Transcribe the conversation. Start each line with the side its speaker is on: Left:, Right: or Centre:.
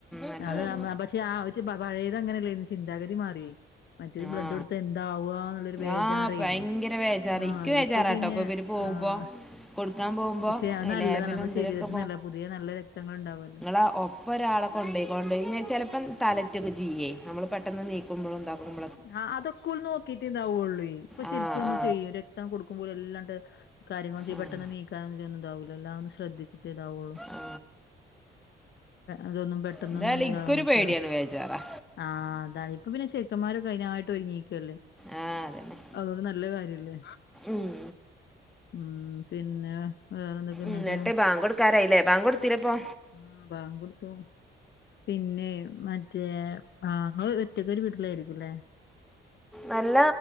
Centre: നല്ലതാണ്
Left: അത് നമ്മ ക്ഷെ ആ ഒരുവപഴയത് അങ്ങനെയല്ലേന്നി ചിന്താഗതി മാറി മറ്റത് ബ്ലഡ്
Centre: ആ
Left: ഒടുത്തഎന്താവുവാ എന്നുള്ളരു ബേജാറായ്ന്നു
Centre: ആ ഭയങ്കര ബേജാറ്
Left: ആ
Centre: ഇക്ക് ബേജാറാട്ടോ
Left: ഇപ്പൊ പിന്നെ
Centre: ഇവര് പോകുമ്പോ
Left: ആഹ്
Centre: കൊടുക്കാൻ പോകുമ്പോ
Left: ക്ഷ അത്
Centre: ഏ,
Left: നല്ലതാണ്
Centre: ലേബലും
Left: നമ്മുടെ
Centre: ഇതിലൊക്കെ
Left: ശരീരത്തിൽ നല്ല പുതിയ നല്ല രക്തങ്ങ ള്ണ്ടാവല്ല
Centre: അ ഒപ്പൊരാളെ കൊണ്ടയ് കൊളൊണ്ടിചിലപ്പം തലറ്റൊക്കെ ചെയ്യെ നമ്മൾ പെട്ടെന്ന് നീക്കുമ്പളും താക്കുമ്പ
Left: ആ അതൊക്കെ ഉന്ന് നോക്കിട്ട് ഇങ അതൊക്കോല് നോക്കിട്ട്ണ്ടാ കൊള്ളെ ഇപ്പൊ
Centre: ആ
Left: ശെരിക്കും നമ്മള്
Centre: ആ
Left: ചെയ്യും രക്തം കൊടുക്കുമ്പോല എല്ലാണ്ട് കാര്യങ്ങൾ ചെയ്യും
Centre: ആ, ഉം,
Left: പെട്ടെന്ന് നീക്കാനൊന്നന്നും ഇതാവൂല എല്ലാ ഒന്ന് ശ്രദ്ധിച്ചിട്ടേതാവുള്ളു
Centre: ആ
Left: അതൊന്നും പെട്ടെന്നൊന്നും
Centre: എന്തായാലും
Left: ഇതാകാൻ
Centre: ഇക്കൊരു
Left: പറ്റ്ല്ല
Centre: പേടിയാണ് ബേജാറാ
Left: ആഅതാൽ ഇപ്പം പിന്നെ ചെയ് മാരൊക്കയ്നായിട്ട് ഒരുങ്ങിക്കല്ലേ
Centre: ആ അതന്നെ
Left: അതൊണ്ട് നല്ല കാര്യല്ലേ
Centre: ഉം.
Left: ഉം പിന്നെ വേറെന്തൊക്കെ എന്നിട്ട്
Centre: ഇന്നട്ട് ബാങ്കോടക്കാരായില്ലേ ബാങ്കോടത്തിലെപ്പൊ
Left: ആ ബാങ്കൊടുത്തു പിന്നെ മറ്റ റ്റേ ആങ്ങളൊറ്റക്കൊരു വീട്ടിലായിരിക്കുംല്ലേ
Centre: നല്ല